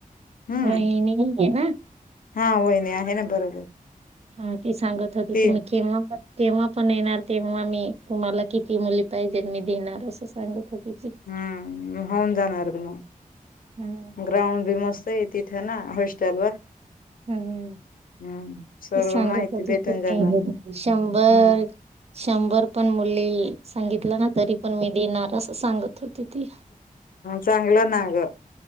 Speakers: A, on the left (about 75°); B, on the right (about 45°).
A: हम्म
B: वहिणीय ना?
A: हा, वहिनी आहे ना बरोबर.
B: हा, ती सांगत होती.
A: ती
B: तुम्ही केव्हा पण तेव्हा पण येणार. तेव्हा मी, तुम्हाला किती मुली पाहिजे मी देणार. असं सांगत होती ती.
A: हम्. होऊन जाणार गं मग.
B: ह.
A: ग्राउंड बी मस्ताय. तिथं ना, हॉस्टेल वर.
B: हम.
A: हम्म सर्व
B: ती सांगत
A: माहिती
B: होती.
A: भेटून जाणार
B: <unintelligible> शंभर.
A: हम्म
B: शंभर पण मुली सांगितलं ना. तरी पण मी देणार. असं सांगत होती ती.
A: चांगलं ना गं.